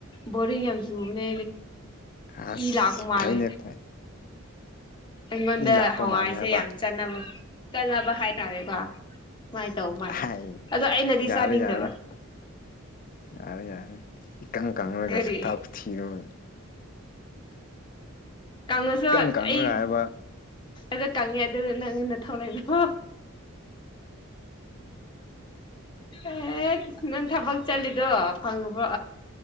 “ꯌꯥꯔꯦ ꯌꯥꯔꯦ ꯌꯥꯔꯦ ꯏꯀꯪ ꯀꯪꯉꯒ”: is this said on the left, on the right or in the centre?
Left